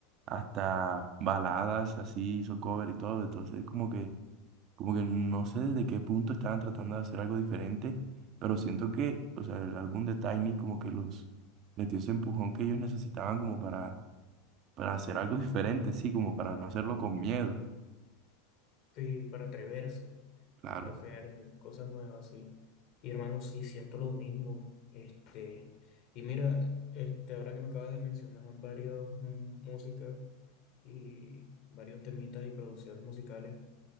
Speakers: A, on the right; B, on the left.
A: hasta baladas así, hizo cover y todo, entonces como que, como que no sé desde qué punto estaban tratando de hacer algo diferente, pero siento que, o sea, el álbum de Tiny como que los les dio ese empujón que ellos necesitaban como para, para hacer algo <laughs> diferente, sí, como para no hacerlo con miedo,
B: Sí, para atreverse.
A: claro.
B: hacer cosas nuevas, sí. Y hermano, sí, siento lo mismo. Este, y mira, este, ahora que me acabas de mencionar varios mm, músicas y varios temitas y producciones musicales,